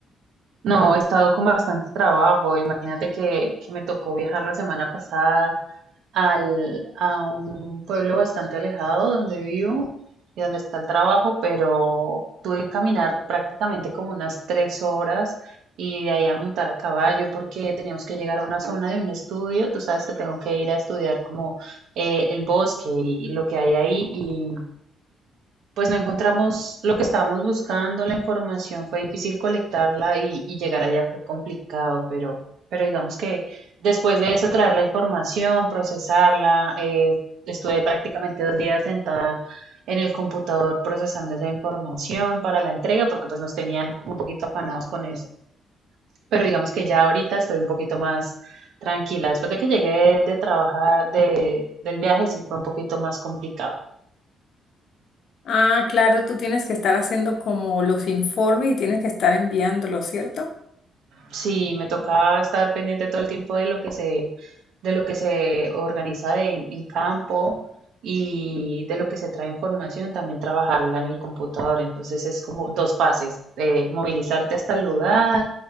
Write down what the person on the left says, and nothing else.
Ah, claro, tú tienes que estar haciendo como los informes y tienes que estar enviándolos, ¿cierto?